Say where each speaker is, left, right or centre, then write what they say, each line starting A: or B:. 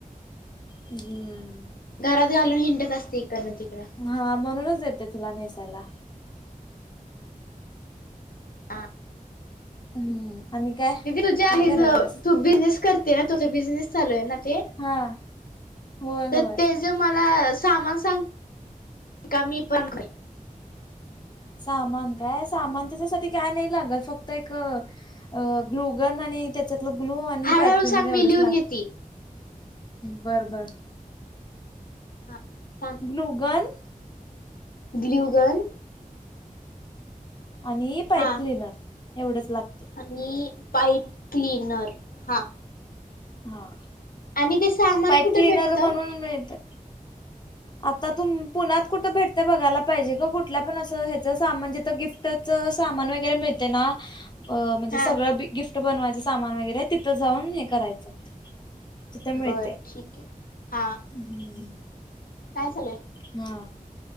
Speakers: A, on the left; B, on the left.
A: ह्म्म
B: घरात घालून हिंडत असते इकडनं तिकडं
A: हा म्हणूनच येते तुला नेसाला.
B: आं
A: हम्म. आणि काय
B: दिदी तुझ्या
A: काय
B: आहे
A: करायल्यास
B: ज तू बिझनेस करते ना तुझ बिझनेस चालू आहे ना ते
A: हा होय होय
B: त ते ज मला सामान सांग का मी पण क
A: सामान काय, सामान त्याच्यासाठी काय नाय लागत फक्त एक अ ग्लुगन आणि त्याच्यातलं ग्लू आणि
B: हळूहळू
A: पाईप क्लिनर
B: सांग
A: एवढंच
B: मी लिहून
A: लाग
B: घेते
A: बर बर.
B: हा सांग.
A: ग्लुगन
B: ग्ल्यूगन
A: आणि पाईप
B: हा
A: क्लिनर एवढंच लागतय.
B: आणि पाईप क्लिनर हा
A: हा
B: आणि ते सामान
A: पाईप
B: कुठे
A: क्लिनर
B: भेटत
A: म्हणून मिळतय आता तूम पुण्यात कुठं भेटत बघायला पाहिजे ग कुठल्या पण असं ह्याचं सामण जित गिफ्ट ट चं सामान वगैरे मिळते ना अं म्हणजे
B: हा
A: सगळं बी गिफ्ट बनवायचं सामान वगैरे तिथं जाऊन हे करायचं. तिथ मिळतय,
B: बर ठीक आहे हा
A: ह्म्म
B: काय चालुय?
A: हा